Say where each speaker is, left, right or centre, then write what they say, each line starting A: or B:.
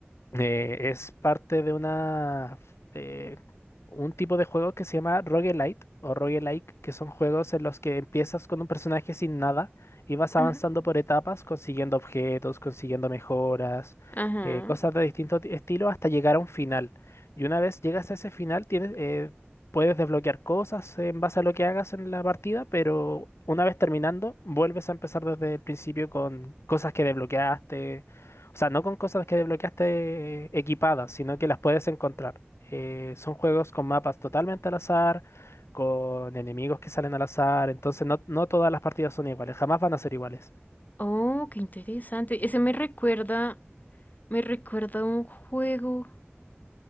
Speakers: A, on the left; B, on the left.
A: Eh, es parte de una eh, un tipo de juego que se llama roguelite o roguelike, que son juegos en los que empiezas con un personaje sin nada y vas avanzando
B: Ujú.
A: por etapas, consiguiendo objetos, consiguiendo mejoras,
B: Ajá.
A: eh, cosas de distinto ti- estilo hasta llegar a un final. Y una vez llegas a ese final, tienes, eh, puedes desbloquear cosas en base a lo que hagas en la partida, pero una vez terminando, vuelves a empezar desde el principio con cosas que desbloqueaste o sea, no con cosas que desbloqueaste equipadas, sino que las puedes encontrar. Eh, son juegos con mapas totalmente al azar, con enemigos que salen al azar, entonces no, no todas las partidas son iguales, jamás van a ser iguales.
B: Oh, qué interesante. Ese me recuerda, me recuerda a un juego.